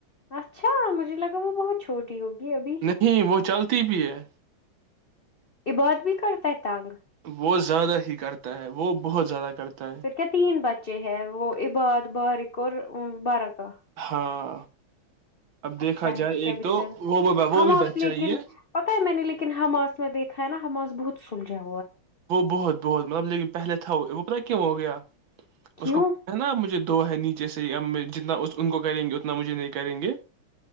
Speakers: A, on the left (about 80°); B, on the right (about 65°).
A: اچھا مجھے لگا وہ بہت چھوٹی ہوگی ابھی
B: نہیں وہ چلتا تی بھی ہے
A: عباد بھی کرتا ہے تگ
B: وہ زیادہ ہی کرتا ہے وہ بہت زیادہ کرتا ہے
A: پھر کیا تین بچے ہیں وہ عباد بارق اور بارہ کا
B: ہاں اب دیکھا
A: اچھا ہے
B: جائے
A: پھر کیا
B: ایک
A: بیچارا
B: تو وہ وہ
A: حماس
B: بھی بچ چاہیے
A: لیکن پتا ہے میں نے لیکن حماس میں دیکھ نا ہم آج بہت سل جاں
B: وہ بہت بہت مطلب لیکن پہلے تھا وہ وہ اپ کیا ہو گیا
A: کیوں
B: اس کو پتا ہے نا آ مجھے دو ہے نیچے سے ہی اب میں جتنا اس ان کو کریں گے اتنا مجھے نہیں کریں گے